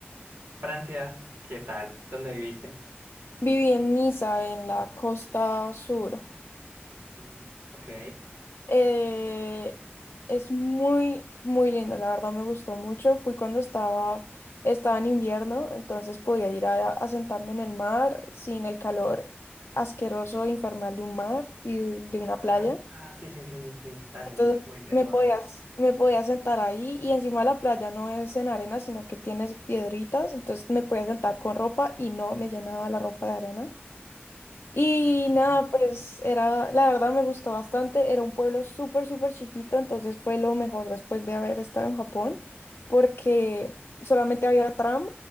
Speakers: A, on the right (about 70°); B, on the left (about 70°).
A: Francia, ¿qué tal? ¿Dónde viviste?
B: Viví en Niza, en la costa sur.
A: Mm, Ok.
B: Eh, es muy, muy lindo, la verdad me gustó mucho. Fui cuando estaba, estaba en invierno, entonces podía ir a, a sentarme en el mar sin el calor asqueroso, infernal de un mar y de una
A: Ah,
B: playa.
A: ah, sí, sí, sí, sí, sí. Dale.
B: Entonces
A: Uy, hermoso.
B: me podías, me podía sentar ahí y encima la playa no es en arena, sino que tienes piedritas, entonces me podía sentar con ropa y no me llenaba la ropa de arena. Y
A: Ok,
B: nada, pues era, la verdad me gustó bastante, era un pueblo súper, súper chiquito, entonces fue lo mejor después de haber estado en Japón, porque solamente había tram